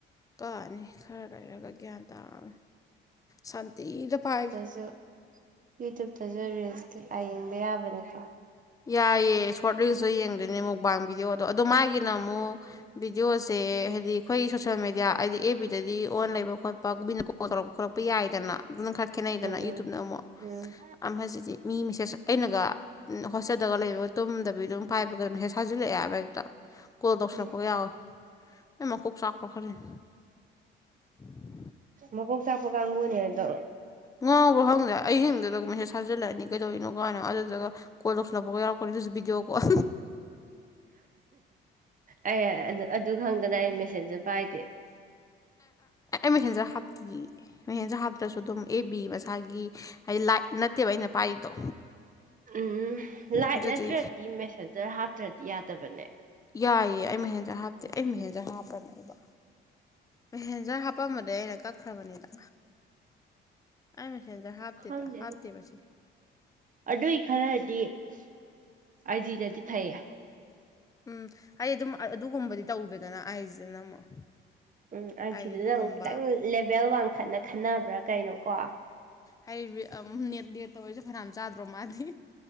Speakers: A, on the left (about 15°); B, on the right (about 40°).
A: ꯀꯛꯑꯅꯤ ꯈꯔ ꯂꯩꯔꯒ ꯒ꯭ꯌꯥꯟ ꯇꯥꯅ ꯁꯥꯟꯇꯤꯗ ꯄꯥꯥꯏꯒꯦ
B: ꯖꯨ ꯌꯨꯇꯨꯞꯇꯖꯨ ꯔꯤꯜꯁ ꯀꯩꯀꯥ ꯌꯦꯡꯕ ꯌꯥꯕꯅꯤꯀꯣ
A: ꯌꯥꯏꯌꯦ ꯁꯣꯔꯠ ꯔꯤꯜꯁꯇꯣ ꯌꯦꯡꯗꯣꯏꯅꯦ ꯃꯨꯛꯕꯥꯡ ꯚꯤꯗꯤꯌꯣꯗꯣ ꯑꯗꯣ ꯃꯥꯒꯤꯅ ꯑꯃꯨꯛ ꯕꯤꯗꯤꯑꯣꯁꯦ
B: ꯎꯝ
A: ꯍꯥꯏꯗꯤ ꯑꯩꯈꯣꯏ ꯁꯣꯁꯦꯜ ꯃꯦꯗꯤꯌꯥ ꯍꯥꯏꯗꯤ ꯑꯦꯐꯕꯤꯗꯗꯤ ꯑꯣꯟ ꯂꯩꯕ ꯈꯣꯠꯄ ꯃꯤꯅ ꯀꯣꯜ ꯇꯧꯔꯛꯄ ꯈꯣꯠꯛꯄ ꯌꯥꯏꯗꯅ ꯑꯗꯨꯅ ꯈꯔ ꯈꯦꯠꯅꯩꯗꯅ
B: ꯎꯝ
A: ꯌꯨꯇ꯭ꯌꯨꯞꯇꯅ
B: ꯎꯝ
A: ꯑꯃꯨꯛ
B: ꯎꯝ
A: ꯑꯃꯖꯤꯗꯤ ꯃꯤ ꯃꯦꯁꯦꯖ ꯑꯩꯅꯒ ꯍꯣꯁꯇꯦꯜꯗꯒ ꯂꯩꯕꯒ ꯇꯨꯝꯗꯕꯤ ꯑꯗꯨꯝ ꯄꯥꯏꯕꯒ ꯃꯦꯁꯦꯖ ꯊꯥꯖꯤꯜꯂꯛꯑꯦ ꯍꯥꯏꯕ ꯍꯦꯛꯇ ꯀꯣꯜ ꯇꯧꯁꯤꯜꯂꯛꯄꯒ
B: ꯎꯝ
A: ꯌꯥꯎꯋꯦ ꯑꯩ ꯃꯀꯣꯛ ꯆꯥꯛꯄ꯭ꯔꯣ ꯈꯗꯤꯅꯦ <inaudible>
B: ꯃꯀꯣꯛ ꯆꯥꯛꯄ ꯀꯥꯡꯒꯨꯅꯦꯗꯣ
A: ꯉꯥꯎꯕ꯭ꯔꯣ ꯈꯪꯗ꯭ꯔꯦ ꯑꯩꯍꯤꯡꯗꯨꯗꯒ ꯃꯁꯦꯖ ꯊꯥꯖꯤꯜꯂꯛꯑꯅꯤ ꯀꯩꯗꯧꯔꯤꯅꯣ ꯀꯥꯏꯅꯣ ꯑꯗꯨꯗꯨꯒ ꯀꯣꯜ ꯇꯧꯁꯜꯂꯛꯄꯒ ꯌꯥꯎꯔꯛꯀꯅꯤ ꯑꯗꯨꯁꯨ ꯕꯤꯗꯤꯑꯣ ꯀꯣꯜ
B: ꯑꯩ ꯑꯗꯨ ꯈꯪꯗꯅ ꯑꯩ ꯃꯦꯁꯦꯟꯖꯔ ꯄꯥꯏꯗꯦ
A: ꯑꯩ ꯃꯦꯁꯦꯟꯖꯔ ꯍꯥꯞꯇꯤ ꯑꯩ ꯑꯗꯨ ꯍꯥꯞꯇ꯭ꯔꯁꯨ ꯑꯗꯨꯝ ꯑꯦꯐꯕꯤ ꯃꯁꯥꯒꯤ ꯍꯥꯏꯗꯤ ꯂꯥꯏꯠ ꯅꯠꯇꯦꯕ ꯑꯩꯅ ꯄꯥꯏꯔꯤꯗꯣ
B: ꯎꯝ ꯂꯥꯏꯠ
A: ꯑꯗꯨꯗꯤ
B: ꯅꯠꯇ꯭ꯔꯗꯤ ꯃꯦꯁꯦꯟꯖꯔ ꯍꯥꯞꯇ꯭ꯔꯗꯤ ꯌꯥꯗꯕꯅꯦ
A: ꯌꯥꯏꯌꯦ ꯑꯩ ꯃꯍꯦꯟꯖꯔ ꯍꯥꯞꯇꯦ ꯑꯩ ꯃꯦꯁꯦꯟꯖꯔ ꯍꯥꯞꯄꯅꯦꯕ ꯃꯦꯁꯦꯟꯖꯔ ꯍꯥꯞꯄꯝꯗꯩ ꯑꯩꯅ ꯀꯛꯈ꯭ꯔꯕꯅꯤꯗ ꯑꯩ ꯃꯦꯁꯦꯟꯖꯔ ꯍꯥꯞꯇꯦꯗ
B: ꯈꯪꯗꯦ
A: ꯍꯥꯞꯇꯦꯕ
B: ꯑꯗꯨ
A: ꯑꯁꯦꯡ
B: ꯑꯗꯨꯏ ꯈꯔꯗꯤ ꯑꯥꯏꯖꯤꯅꯗꯤ ꯐꯩꯌꯦ
A: ꯎꯝ ꯑꯩ ꯑꯗꯨꯝ ꯑꯗꯨꯒꯨꯝꯕꯗꯤ ꯇꯧꯗꯦꯗꯅ ꯑꯏꯖꯤꯗꯅ ꯑꯃꯨꯛ
B: ꯎꯝ ꯑꯏꯖꯤꯗꯨꯅ
A: ꯍꯥꯏꯗꯤ ꯑꯗꯨꯒꯨꯝꯕ
B: ꯑꯃꯨꯛ ꯈꯤꯇꯪ ꯂꯦꯕꯦꯜ ꯋꯥꯡꯈꯠꯅ ꯈꯟꯅꯕ꯭ꯔꯥ ꯀꯩꯅꯣꯀꯣ
A: ꯍꯥꯏꯔꯤ ꯑꯃꯨꯛ ꯅꯦꯠ ꯇꯑꯣꯏꯁꯨ ꯐꯅꯌꯥꯝ ꯆꯥꯗ꯭ꯔꯣ ꯃꯥꯗꯤ